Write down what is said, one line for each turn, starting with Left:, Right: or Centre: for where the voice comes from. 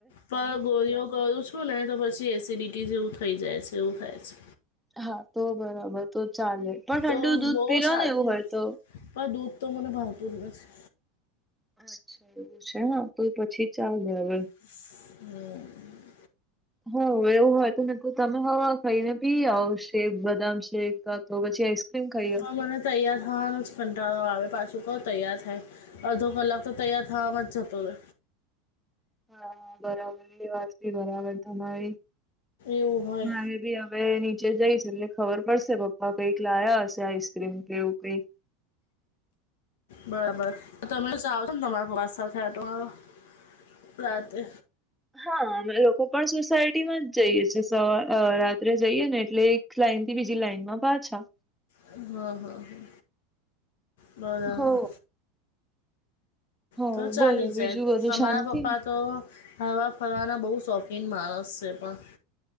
Left: પણ ગોળિયો ગોળું છું ને તો પછી એસિડિટી જેવું થઈ જાય છે એવું થાય છે.
Centre: હા તો બરાબર તો ચાલે પણ ઠંડુ
Left: તો
Centre: દૂધ
Left: બહુ
Centre: પીલો
Left: છાતી
Centre: ને એવું હોય તો,
Left: પણ દૂધ તો મને ભાવતું જ નથી.
Centre: <unintelligible> એવું છે હ તો પછી ચાલે હવે
Left: <unintelligible> <inaudible> હ
Centre: હ એવું હોય તોને તમે હવે ખાઈને પી આવ શેક બદામ <inaudible> <unintelligible> છી આઈસક્રીમ ખાઈઓ,
Left: પણ મને તૈયાર થવાનું જ કંટાળો આવે પાછું કોણ તૈયાર થાય. અડધો કલાક તો તૈયાર થવામાં જ જતો હતો.
Centre: હા <unintelligible> એ વાતી બરાબર તમારી
Left: એવું હોય
Centre: મારે બી <inaudible> હવે નીચે જઈશ એટલે ખબર પડશે પપ્પા કંઈક લાયા હશે આઈસક્રીમ કેવું કંઈક.
Left: બરાબર તમે લોકો જાવ છો ને તમારા પાવા સાથે આંટો મારવા રાતે
Centre: હા અમે લોકો પણ સોસાયટી માં જ જઈએ છીએ સવા રાત્રે. જઈએ ને એટલે એક લાઈન થી બીજી લાઈનમાં પાછા.
Left: હા હા હા બરાબર,
Centre: હો હો
Left: તો ચાલી
Centre: બોલો બીજું
Left: જાય
Centre: બધું
Left: તમારા
Centre: શાંતિ
Left: પપ્પા તો? હરવા ફરવાના બહુ શોખીન માણસ છે પણ